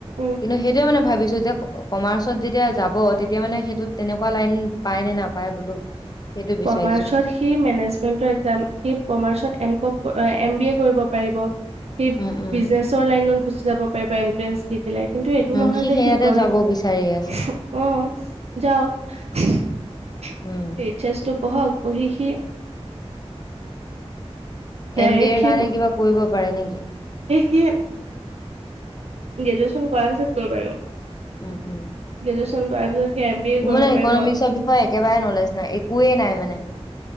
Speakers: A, on the right; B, on the left.
A: উম
B: কিন্তু সেইটোয়ে মানে ভাবিছো <unintelligible> কমাৰ্চ ত যেতিয়া যাব, তেতিয়া মানে সেইটোত তেনেকুৱা লাইন পায় নে নাপায় বোলো সেইটো বিচাৰিছো।
A: কমাৰ্চত সি মেনেজমেন্তৰ এক্সাম সি কমাৰ্চত M com M B A কৰিব পাৰিব। সেই
B: উম উম
A: বিজনেচৰ লাইনত গুচি যাব পাৰিব এণ্ট্ৰেন্ দি, কিন্তু এইটো
B: উম
A: নহয় যে
B: সেয়াতে
A: সি ইকো
B: যাব বিচাৰি আছে।
A: অ' যাওক, সি
B: উম
A: এইহ এচ টো পঢ়ক পঢ়ি সি ডাইৰেক্ট
B: এম বি এৰ
A: সি
B: কাৰণে কিবা কৰিব পাৰে নেকি?
A: <unintelligible> গ্ৰেজুৱেচন কৰাৰ পিছত কৰিব পাৰিব।
B: উম উম।
A: গ্ৰেজুৱেশ্যন কৰাৰ পিছত সি এম বি এ
B: মোৰ
A: কৰিব
B: মানে
A: পাৰিব
B: ইকনমিক্সৰ বিষয়ে একেবাৰে নলেজ নাই। একোৱে নাই মানে।